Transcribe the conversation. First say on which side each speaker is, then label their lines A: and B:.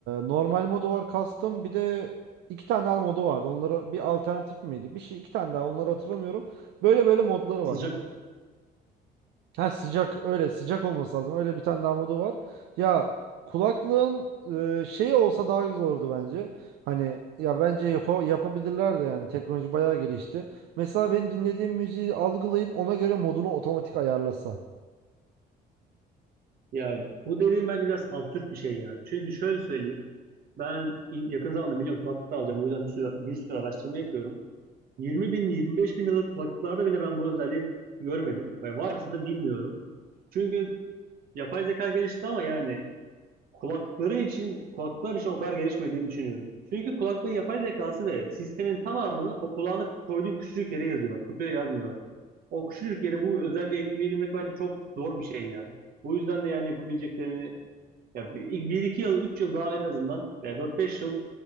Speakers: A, on the right (about 80°); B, on the right (about 60°).
A: normal modu var custom. Bir de iki tane daha modu vardı. Onlara bir alternatif miydi? Bir şey iki tane daha onları hatırlamıyorum. Böyle böyle modları
B: Sıcak
A: var.
B: mı?
A: Ha sıcak öyle sıcak olması lazım. Öyle bir tane daha modu var. Ya kulaklığın e, şeyi olsa daha güzel olurdu bence. Hani ya bence yapa, yapabilirler de yani teknoloji bayağı gelişti. Mesela benim dinlediğim müziği algılayıp ona göre modunu otomatik ayarlasa.
B: ya bu dediğim bence biraz absürt bir şey ya. Çünkü şöyle söyleyeyim. Ben in- yakın zamanda biliyorum kulaklık da alacağım. O yüzden bir sürü, bir sürü araştırma yapıyorum. 20 bin, 25 bin liralık kulaklıklarda bile ben bu özelliği görmedim. Ve varsa da bilmiyorum. Çünkü yapay zeka gelişti ama yani kulakları için, kulaklar için o kadar gelişmediğini düşünüyorum. Çünkü kulaklığın yapay zekası ve sistemin tamamını o kulağını koyduğun küçücük yere yazıyorlar. Kutuya yazmıyorlar. O küçücük yere bu özelliği ekleyebilmek bence çok zor bir şey ya. Bu yüzden de yani yapabileceklerini ya bir, bir iki yıl, üç yıl daha en azından veya dört beş yıl